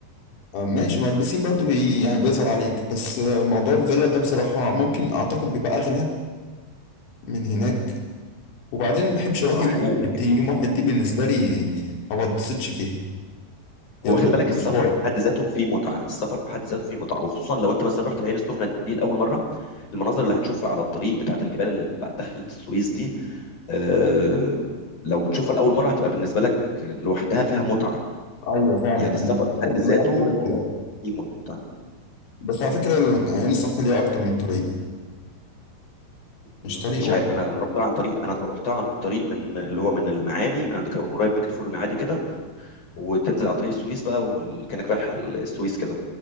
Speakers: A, on the left; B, on the left.
A: آه، ماشي ما البسين برضه بي يعني بيظهر عليك بس آه، موضوع الفيلا ده بصراحة ممكن أعتقد بيبقى أغلى من هناك وبعدين ما بحبش أروح
B: آه،
A: يوم
B: حقيقي
A: واحد
B: بقى يعني.
A: دي يوم واحد دي بالنسبة لي ما بتبسطش فيها يا
B: هو
A: دوب
B: خلي بالك السفر
A: مشوار
B: في حد ذاته فيه متعة السفر في حد ذاته فيه متعة وخصوصا لو أنت مثلا رحت العين السخنة دي لأول مرة المناظر اللي هتشوفها على الطريق بتاعت الجبال اللي دخلت السويس دي آه، لو بتشوفها لأول مرة هتبقى بالنسبة لك لوحدها فيها متعة
A: أيوه فعلا
B: يعني السفر
A: السفر
B: في حد ذاته
A: لوحده رحلة
B: ليه متعة
A: بس على فكرة عين السخنة ليها أكتر من طريق مش
B: مش
A: طريق واحد
B: عارف انا انا رحتها عن طريق انا رحتها عن طريق من اللي هو من المعادي من عند قريب من كارفور المعادي كده وتنزل على طريق السويس بقى وكانك رايح السويس كده